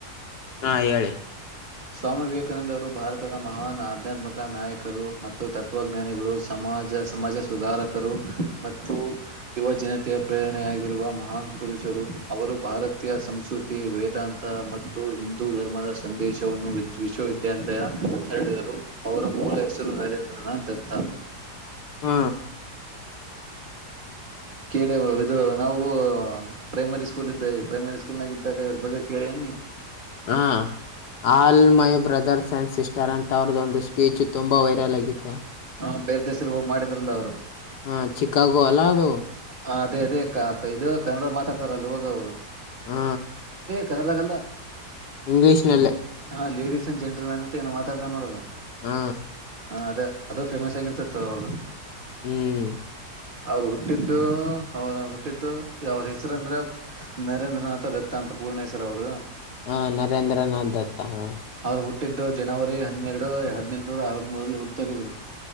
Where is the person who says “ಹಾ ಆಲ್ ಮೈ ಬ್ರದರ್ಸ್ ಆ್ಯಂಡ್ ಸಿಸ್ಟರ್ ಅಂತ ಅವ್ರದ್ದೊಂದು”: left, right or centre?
Left